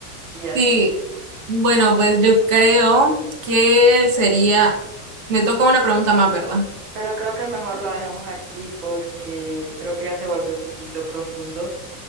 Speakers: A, on the right; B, on the right.
A: y eso.
B: Sí, bueno, pues yo creo que sería, me toca una pregunta más, ¿verdad?
A: Pero creo que mejor la dejamos aquí porque creo que ya se volvió un poquito profundo.